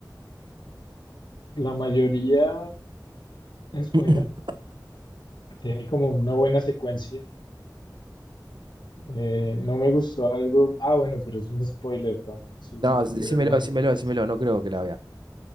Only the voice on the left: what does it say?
La mayoría es
buena, tiene como una buena secuencia. Eh, no me gustó algo, ah, bueno, pero es un spoiler también, si
la
quieres ver algún
día.